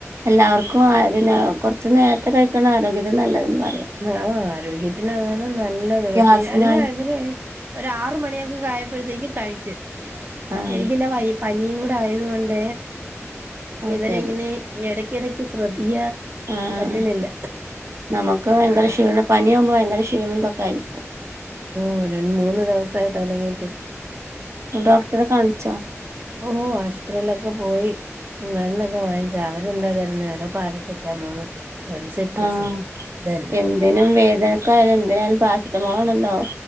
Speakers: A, on the right; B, on the right.
A: എല്ലാവർക്കും ഏ പിന്നെ കൊർച്ച് നേര്ത്തെ കഴിക്ക്ണാരോഗ്യത്തിന് നല്ലത് ന്ന് പറയ
B: ആഹ് ആരോഗ്യത്തിന് അതാണ് നല്ലത് പക്ഷെ
A: ഗ്യാസിനായി
B: അല്ല ഇവരെ ഒരാറ് മണിയൊക്കെ കായപ്പോഴത്തേക്ക് കഴിച്ച്,
A: ആഹ്
B: എനിക്കില്ല വൈ പനിയും കൂടായതുകൊണ്ട്
A: അത്
B: ഇവരെഇങ്ങനെ
A: ശരി
B: എടക്കിടക്ക് ശ്രദ്ധികാ
A: ആഹ്
B: പറ്റ്ണില്ല
A: നമുക്ക് ഭയങ്കര ക്ഷീണം പനിയാകുമ്പോ ഭയങ്കര ക്ഷീണും തൊക്കെ ആയിരിക്കും.
B: ഓ രണ് മൂന്ന് ദെവസായി തൊടങ്ങിയിട്ട്.
A: ഡോക്ടറെ കാണിച്ചോ?
B: ഓഹ് ആശ്ത്രീലൊക്കെ പോയി. മരുന്നൊക്കെ വാങ്ങിച്ചാ, അവരെന്താ തരുന്നേ ഓരോ പാരസെറ്റാമോളും. ഒരു സിട്രസിൻ
A: ആഹ്,
B: ഇതന്നെ
A: എന്തിനും വേദനക്കായാലും എന്തിനായാലും പാര് എൻ്റെ മോളുണ്ടല്ലോ